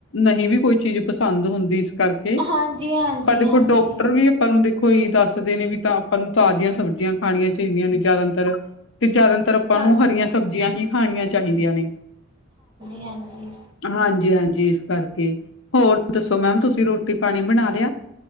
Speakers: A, on the left; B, on the right.
A: ਨਹੀਂ ਵੀ ਕੋਈ ਚੀਜ਼ ਪਸੰਦ ਹੁੰਦੀ। ਇਸ ਕਰਕੇ
B: ਹਾਂਜੀ, ਹਾਂਜੀ।
A: ਪਰ ਦੇਖੋ
B: ਹਾਂਜੀ ਹਾਂਜੀ।
A: ਡੋਕਟਰ ਵੀ ਆਪਾਂ ਨੂੰ ਦੇਖੋ ਏਹੀ ਦੱਸਦੇ ਨੇ ਵੀ ਤਾਂ ਆਪਾਂ ਨੂੰ ਤਾਜ਼ੀਆਂ ਸਬਜ਼ੀਆਂ ਖਾਣੀਆਂ ਚਾਹੀਦੀਆਂ ਨੇ ਜਾਦਾਤਰ ਤੇ ਜਾਦਾਤਰ ਆਪਾਂ
B: ਹਾਂਜੀ
A: ਨੂੰ ਹਰੀਆਂ ਸਬਜ਼ੀਆਂ ਹੀ ਖਾਣੀਆਂ ਚਾਹੀਦੀਆਂ ਨੇ।
B: ਹਾਂਜੀ
A: ਹਾਂਜੀ, ਹਾਂਜੀ ਇਸ ਕਰਕੇ। ਹੋਰ ਦੱਸੋ ਮੈਮ, ਤੁਸੀਂ ਰੋਟੀ ਪਾਣੀ ਬਣਾ ਲਿਆ।